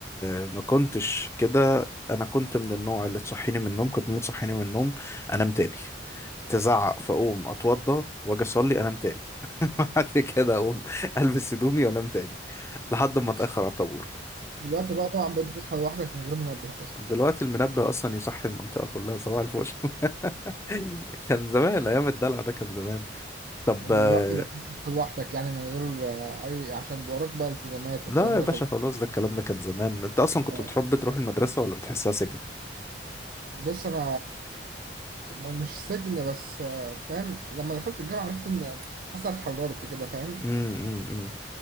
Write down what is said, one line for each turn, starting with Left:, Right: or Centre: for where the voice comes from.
Left: آه، ما كنتش كده انا كنت من النوع اللي تصحيني من النوم كنت ممكن تصحيني من النوم انام تاني تزعق فاقوم اتوضى واجي اصلي انام تاني <laughs> بعد كده اقوم البس هدومي وانام تاني لحد ما
Right: بس
Left: اتاخر على الطابور
Right: دلوقتي بقى طبعا بقيت بتصحى لوحدك من غير منبه
Left: <laughs>
Right: أصلا
Left: دلوقتي المنبه اصلا يصحي المنطقه كلها صباح الفل <laughs> كان زمان ايام الدلع ده كان زمان طب
Right: يعني
Left: آه،
Right: دلوقتي بقيت بتصحى لوحدك يعني من غير آه، أي عشان وراك بقى التزامات
Left: لا
Right: والكلام
Left: يا
Right: ده
Left: باشا
Right: فبقى...
Left: خلاص ده الكلام ده كان زمان انت اصلا كنت
Right: آه.
Left: بتحب تروح المدرسه ولا بتحسها سجن
Right: بص أنا م- مش سجن بس آه، فاهم لما دخلت الجامعة عرفت إن حاسس إن أنا اتحررت كده فاهم
Left: امم أمم، أمم.